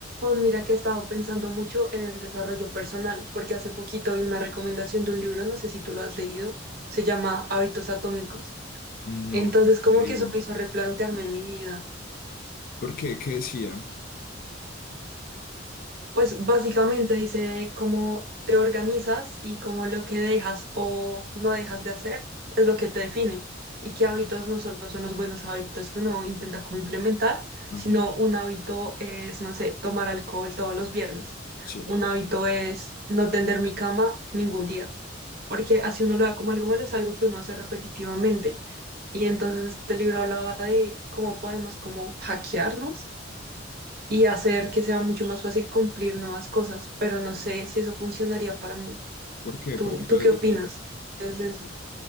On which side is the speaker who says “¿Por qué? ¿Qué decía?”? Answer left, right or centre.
Left